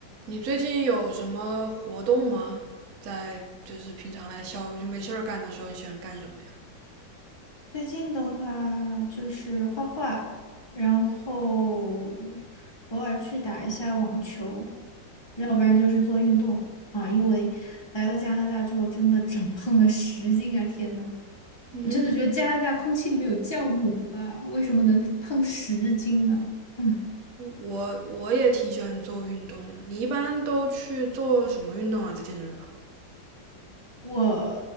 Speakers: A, on the right; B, on the left.
A: 你最近有什么活动吗？在就是平常来消就没事儿干的时候，你喜欢干什么呀？
B: 最近的话就是画画，然后偶尔去打一下网球，要不然就是做运动啊。因为来到加拿大之后，真的长胖了十斤啊！天呐，
A: 嗯，
B: 我真的觉得加拿大空气里面有酵母吧？为什么能胖十斤啊？嗯。
A: 我我也挺喜欢做运动的。你一般都去做什么运动啊？在健身房？
B: 我